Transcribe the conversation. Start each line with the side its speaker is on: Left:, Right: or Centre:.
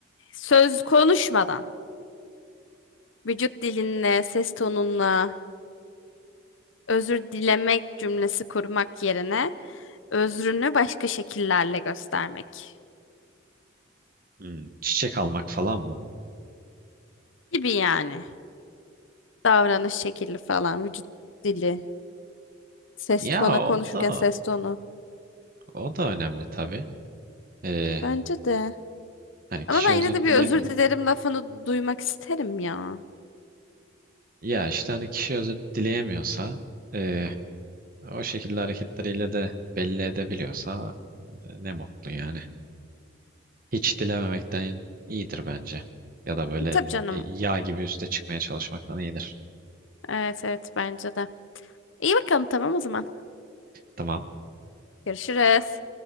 Left: söz konuşmadan. Vücut dilinle, ses tonunla. özür dilemek cümlesi kurmak yerine özrünü başka şekillerle göstermek
Right: Hmm, çiçek almak falan mı?
Left: gibi yani. Davranış şekli falan, vücut dili, ses
Right: Ya
Left: tonu
Right: o
Left: konuşurken
Right: da
Left: ses tonu.
Right: o da önemli tabii. Ee,
Left: Bence de.
Right: hani
Left: Ama
Right: kişi
Left: ben yine
Right: özür
Left: de bir
Right: dilemiyor.
Left: özür dilerim lafını duymak isterim ya.
Right: Ya işte hani kişi özür dileyemiyorsa ee, o şekilde hareketleriyle de belli edebiliyorsa e, ne mutlu yani. Hiç dilememekten iyidir bence. Ya da böyle
Left: Tabii canım.
Right: e, yağ gibi üste çıkmaya çalışmaktan iyidir.
Left: Evet evet bence de. İyi bakalım tamam o zaman.
Right: Tamam.
Left: Görüşürüz.